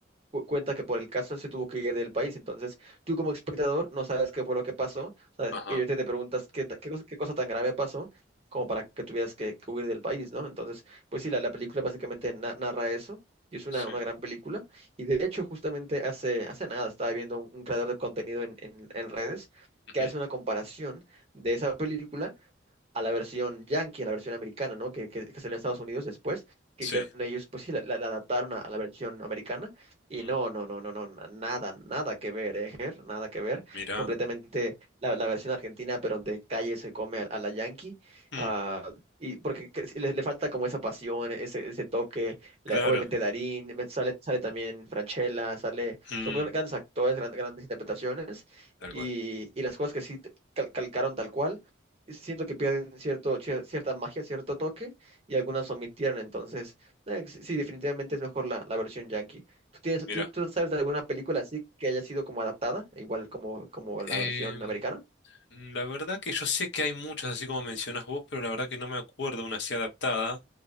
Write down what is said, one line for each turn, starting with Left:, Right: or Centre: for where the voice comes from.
Right: cu- cuenta que por el caso se tuvo que ir del país. Entonces, tú como espectador no sabes qué fue lo que pasó. O sea,
Left: Ajá,
Right: y ahorita te preguntas qué, ta- qué, cosa, qué cosa tan grave pasó como para que tuvieras que, que huir del país, ¿no? Entonces, pues sí, la, la película básicamente na- narra eso. Y es una,
Left: sí,
Right: una gran película. Y de hecho, justamente hace, hace nada estaba viendo un, un creador de contenido en, en en redes
Left: ujú,
Right: que hace una comparación de esa película a la versión yankee, a la versión americana, ¿no? Que, que, que salió en Estados Unidos después, que
Left: sí.
Right: hicieron ellos, pues sí, la, la adaptaron a, a, la versión americana, y
Left: mm,
Right: no, no, no, no, no, nada, nada que ver, ¿eh, Ger? Nada que ver,
Left: mira,
Right: completamente la, la, versión argentina, pero de calle se come a, a la yankee,
Left: mm,
Right: uh, y porque que- sí, le, le, falta como esa pasión, ese, ese toque, la,
Left: claro,
Right: obviamente Darín, me- sale, sale también Franchella, sale,
Left: mm,
Right: son gran- grandes actores, gran, grandes interpretaciones,
Left: tal
Right: y,
Left: cual.
Right: y las cosas que sí te- cal, calcaron tal cual, siento que pierden cierto, cier- cierta magia, cierto toque, y algunas omitieron. Entonces, eh, sí, sí, definitivamente es mejor la, la versión yankee. ¿Tú tienes,
Left: Mira,
Right: tú, tú sabes de alguna película así que haya sido como adaptada, igual como, como la
Left: em,
Right: versión americana?
Left: la verdad que yo sé que hay muchas, así como mencionas vos, pero la verdad que no me acuerdo una así adaptada.